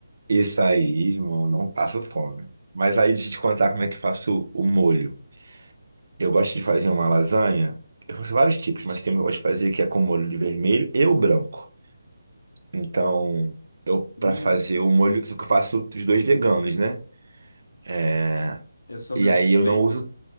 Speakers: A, on the right; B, on the left.
A: isso aí, irmão, não passo fome. Mas aí deixa eu te contar como é que faço o molho. Eu gosto de fazer uma lasanha, eu faço vários tipos, mas tem uma que eu gosto de fazer que é com molho de vermelho e o branco. Então, eu
B: Hum,
A: para fazer o molho, só que eu faço os dois veganos, né? É,
B: eu sou
A: e
B: meu
A: aí
B: suspeito.
A: eu não uso.